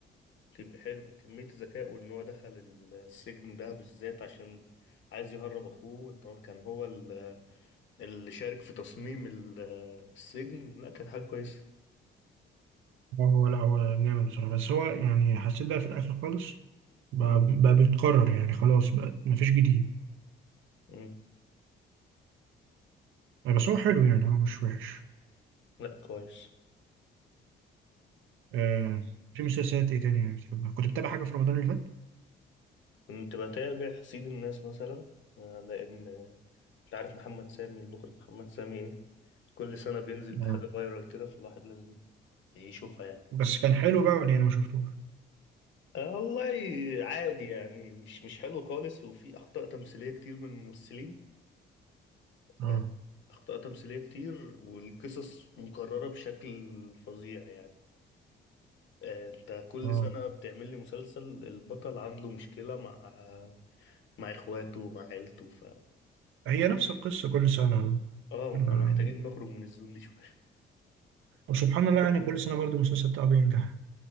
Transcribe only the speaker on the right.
هو لا هو جامد بصراحة بس هو يعني حسيت بقى في الآخر خالص بقى,
بقى بيتكرر يعني خلاص بقى مفيش جديد
بس هو حلو يعني هو مش وحش
آه في مسلسلات ايه تاني بتحبها كنت بتابع حاجة في رمضان اللي فات
آه.
بس كان حلو بقى يعني انا ما شفتوش
اه
اه
هي نفس القصة كل سنة
آه.
وسبحان الله يعني كل سنة برضو المسلسل بتاعه بينجح